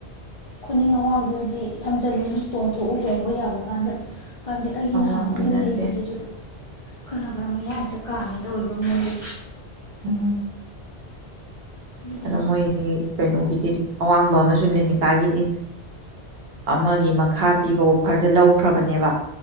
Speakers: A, on the left (about 50°); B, on the right (about 65°).
A: ꯈꯨꯅꯤꯡ ꯑꯋꯥꯡꯗꯨꯗꯤ ꯊꯝꯖꯤꯜꯂꯨ ꯆꯣꯡꯊꯣꯛꯎ ꯆꯣꯡꯕ ꯌꯥꯕ ꯀꯥꯟꯗ ꯍꯥꯏꯕꯗꯤ ꯑꯩꯒꯤ
B: ꯑꯋꯥꯡꯕꯤ
A: ꯅꯍꯥꯃꯨꯛ ꯑꯃ
B: ꯅꯠꯇꯦ
A: ꯂꯩꯕꯁꯤꯁꯨ ꯈꯔ ꯈꯔ ꯃꯌꯥ ꯍꯦꯛꯇ ꯀꯥꯉꯦ ꯇꯧꯕ꯭ꯔꯣ ꯃꯣꯏꯁ
B: ꯎꯝ
A: ꯑꯗꯨꯗꯨꯅ
B: ꯑꯗꯣ ꯃꯣꯏ ꯀꯩꯅꯣꯒꯤꯗꯤ ꯑꯋꯥꯡꯕ ꯑꯃꯁꯨ ꯂꯦꯅꯤꯀꯥꯒꯤꯗꯤ ꯑꯃꯒꯤ ꯃꯈꯥ ꯄꯤꯕ ꯑꯣꯐꯔꯗ ꯂꯧꯈ꯭ꯔꯕꯅꯦꯕ